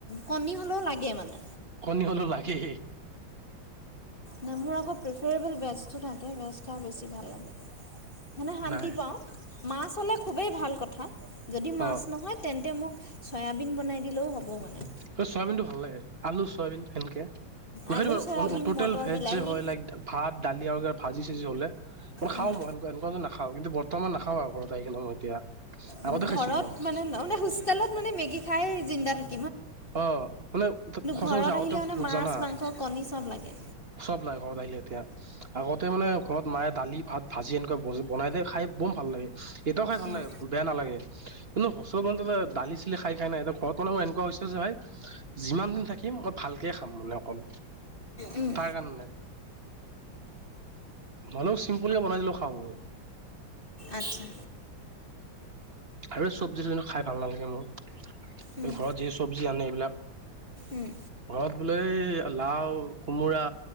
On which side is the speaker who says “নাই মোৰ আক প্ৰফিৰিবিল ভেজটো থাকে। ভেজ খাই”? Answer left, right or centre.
Left